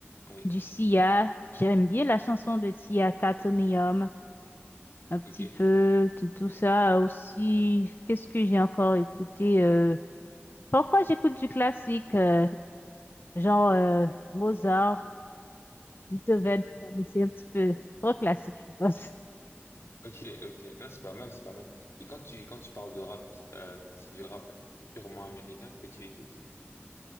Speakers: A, on the left; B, on the left.
A: Oui.
B: du Sia. J'aime bien la chanson de Sia, Titanium, un petit
A: Ok.
B: peu tout tout ça aussi. Qu'est-ce que j'ai encore écouté? euh, Parfois, j'écoute du classique, euh, genre euh, Mozart, Beethoven, tout ça, mais c'est un petit peu trop classique, je pense.
A: Ok, ok. Non, c'est pas mal, c'est pas mal. Et quand tu, quand tu parles de rap, euh, c'est du rap purement américain que tu écoutes?